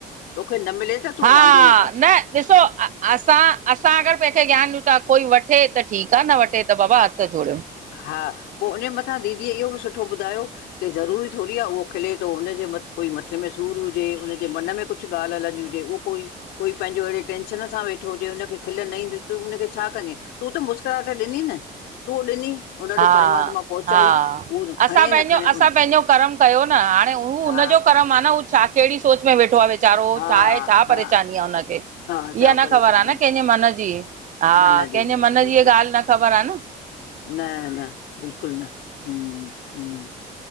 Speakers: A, on the left; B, on the right.
A: तोखे न मिले त तूं
B: हा,
A: वांदो कर
B: न ॾिसो अ असां, असां अगरि केखे ज्ञानु ॾियूं था कोई वठे त ठीकु आ, न वठे त बाबा हथु जोड़ियो।
A: हा, पोइ उन्हीअ मथां दीदीअ इहो बि सुठो ॿुधायो कि ज़रूरी थोरईआ, उहो खिले थो, हुनजे कोई मथे में सूर हुजे, हुनजे मन में कुछु कुछु ॻल्हि हलंदी हुजे उहो कोई कोई पंहिंजो अहिड़े टेंशन सां वेठो हुजे हुनखे खिल न ईंदी, तूं हुनखे छा कंदीअं? तूं त मुस्कराहट ॾिनी न, तूं ॾिनी? हुन वटि
B: हा
A: परमात्मा पहुचाई
B: हा
A: उहो न खणे
B: असां पंहिंजो,
A: न खणे
B: असां
A: उन
B: पंहिंजो कर्म कयो न, हाणे हू हुनजो
A: हा
B: कर्म आ न, हू। छा कहिड़ी सोच में वेठो आ विचारो?
A: हा
B: छा आहे, छा
A: हा
B: परेशानी आ उनखे?
A: हा छा
B: इहा न
A: परेशानी
B: ख़बर आ न कंहिंजे मन जी, हा,
A: मन जी
B: कंहिंजे मन
A: बिल्कुलु
B: जी ईया ॻाल्हि न ख़बर आ न।
A: न न बिल्कुलु न। हम्म, हम्म।